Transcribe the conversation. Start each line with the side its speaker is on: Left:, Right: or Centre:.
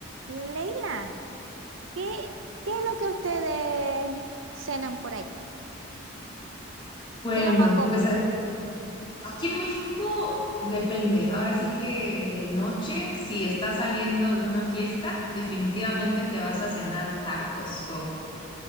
Right: Leila, ¿qué, qué es lo que ustedes cenan por allá?
Left: Bueno,
Right: ¿Qué es lo más común?
Left: pues a- aquí en México depende. Ahora sí que de noche, si estás saliendo de una fiesta, definitivamente te vas a cenar tacos con